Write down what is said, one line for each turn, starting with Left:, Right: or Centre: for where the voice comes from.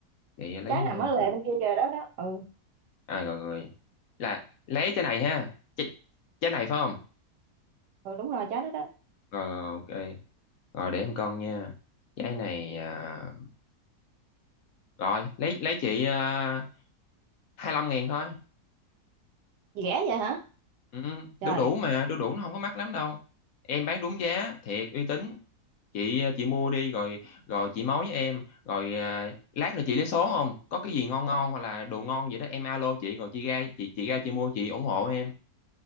Left: vậy lấy
Right: trái nằm
Left: à,
Right: ở lề bên kia kìa đó đó ừ
Left: À rồi rồi. Là lấy trái này ha. Trái, trái này phải không?
Right: ừ đúng rồi trái đó đó
Left: Rồi rồi ok. Rồi để em cân nha. Trái này à... rồi, lấy lấy chị à... lăm ngàn thôi.
Right: gì rẻ vậy hả
Left: Ừ,
Right: Trời
Left: đu đủ mà, đu đủ nó không có mắc lắm đâu. Em bán đúng giá, thiệt uy tín. Chị à, chị mua đi rồi rồi chị mối với em, rồi à... lát nữa chị lấy số không? Có cái gì ngon ngon hoặc là đồ ngon gì đó em alo chị rồi chị ra chị chị ra chị mua chị ủng hộ em.